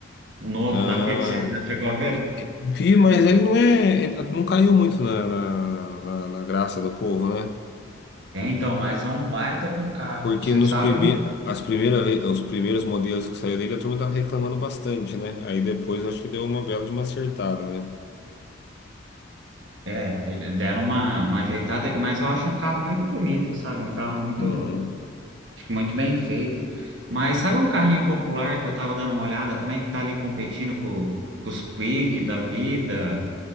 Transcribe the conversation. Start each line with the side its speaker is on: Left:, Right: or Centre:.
Right: o novo
Left: Ah,
Right: da Fiat, você já chegou a ver?
Left: e- e- vi, mas ele não é. ele não caiu muito na, na, na- na graça do povo, né?
Right: É, então, mas é um baita de um carro,
Left: Porque
Right: você precisava...
Left: nos prime, as primeiras, ve- os primeiros modelos que saiu dele, a turma tava reclamando bastante, né? Aí depois acho que deu uma bela de uma acertada, né?
Right: É, ele- deram uma, uma ajeitada, mas eu acho um carro muito bonito, sabe? Um carro muito,
Left: Uhum.
Right: acho que muito bem feito. Mas sabe um carrinho popular que eu tava dando uma olhada também, que tá ali competindo com, com os Kwid da vida?